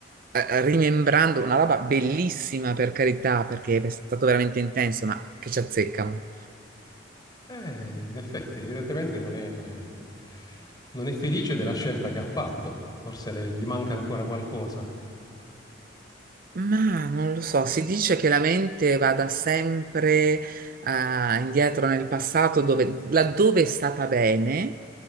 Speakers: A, on the right; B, on the left.
A: eh, eh, rimembrando una roba bellissima per carità, perché è stato veramente intenso, ma che ci azzeccano.
B: Eh, in effetti, evidentemente non è, non è felice della scelta che ha fatto. Forse le- gli manca ancora qualcosa.
A: Ma non lo so, si dice che la mente vada sempre eh, indietro nel passato dove, laddove è stata bene,